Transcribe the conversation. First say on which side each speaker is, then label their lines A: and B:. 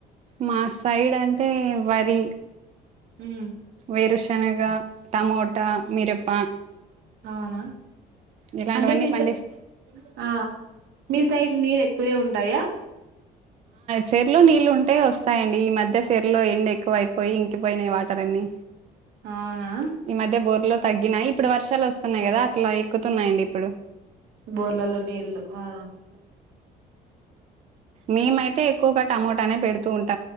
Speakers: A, on the right; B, on the right.
A: మా సైడ్ అంటే వరి
B: హ్మ్
A: వేరుశనగ టమోటా మిరప
B: అవునా
A: ఇలాంటివన్నీ
B: అంటే మీ
A: పండిస్
B: సై ఆ మీ సైడ్ నీర్ ఎ ఎక్కువే ఉంటాయా
A: చెరలో నీళ్ళు ఉంటే వస్తాయండి ఈ మధ్య చెరలో ఎండ ఎక్కువయిపోయి ఇంకిపోయినాయి వాటర్ అన్ని
B: అవునా
A: ఈ మధ్య బోర్లు తగ్గినాయి ఇప్పుడు వర్షాలు వస్తున్నాయి కదా అట్లా ఎక్కుతున్నాయండి ఇప్పుడు
B: బోర్లలో నీళ్ళ ఆ
A: మేమయితే ఎక్కువగా టమోటానే పెడుతూ ఉంటా